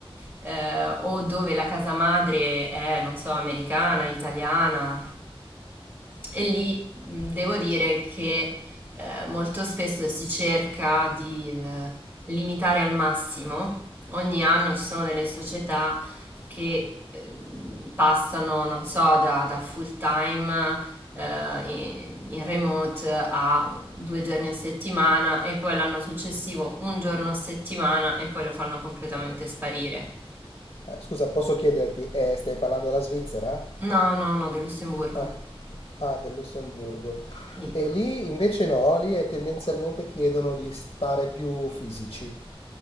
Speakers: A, on the right (about 20°); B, on the left (about 55°).
A: eh, o dove la casa madre è, non so, americana, italiana, e lì mh, devo dire che eh, molto spesso si cerca di eh, limitare al massimo. Ogni anno ci sono delle società che ehm, passano, non so, da, da full time eh, in, in remote a due giorni a settimana e poi l'anno successivo un giorno a settimana e poi lo fanno completamente sparire.
B: Eh, scusa, posso chiederti, eh, stiamo parlando della Svizzera?
A: No, no, no, del Lussemburgo.
B: Ah, ah, del Lussemburgo.
A: Sì,
B: E lì invece no, lì è tendenzialmente chiedono di stare più fisici.